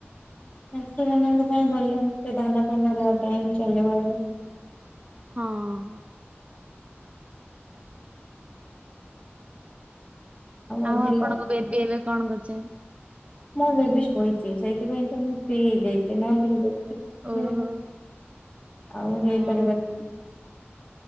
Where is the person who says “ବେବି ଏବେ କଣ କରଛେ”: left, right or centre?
Right